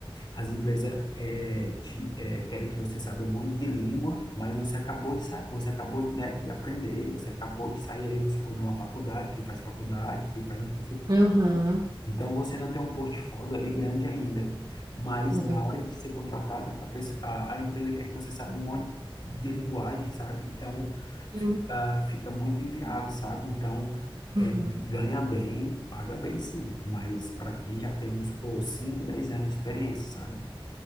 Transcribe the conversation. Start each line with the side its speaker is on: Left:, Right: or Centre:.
Left: as empresas é, te, é, querem que você saiba um monte de língua, mas você acabou de sair, você acabou, né, de aprender, você acabou de sair ali, vamos supor, de uma faculdade, quem faz faculdade, quem faz um curso.
Right: Aham.
Left: Então, você não tem um portfólio ali grande ainda, mas
Right: Vou
Left: na
Right: ver.
Left: hora de ser contratada, a, pessoa- a, a empresa quer que você saiba um monte de linguagem, sabe? Então,
Right: Sim.
Left: fica, fica muito inviável, sabe? Então, é,
Right: Aham.
Left: ganha bem, paga bem sim, mas para quem já tem, vamos supor, 5, 10 anos de experiência, sabe?